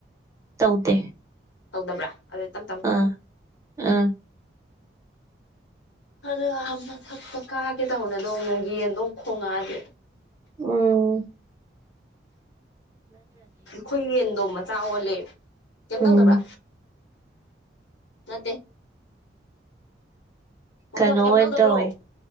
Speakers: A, on the right; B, on the left.
A: ꯇꯧꯗꯦ
B: ꯇꯧꯗꯕ꯭ꯔꯥ ꯑꯗꯨ ꯇꯞ
A: ꯑ ꯑ
B: ꯑꯗꯣ ꯑ ꯃꯊꯛꯇ ꯀꯥꯒꯦ ꯇꯧꯅꯦ ꯑꯗꯣ ꯑꯃꯨꯛ ꯌꯦꯟꯗꯣ ꯈꯣꯡꯉꯛꯑꯗꯤ
A: ꯑꯣ
B: ꯈꯣꯏ ꯌꯦꯗꯣ ꯃ ꯆꯋꯂꯦ ꯀꯣ
A: ꯎꯝ
B: ꯇꯧꯗꯕ꯭ꯔꯥ ꯅꯠꯇꯦ ꯋꯥꯣꯟ
A: ꯀꯩꯅꯣ
B: ꯀꯩꯝ
A: ꯑꯣꯏꯅ
B: ꯇꯧꯗꯕ꯭ꯔꯣ
A: ꯇꯧꯋꯦ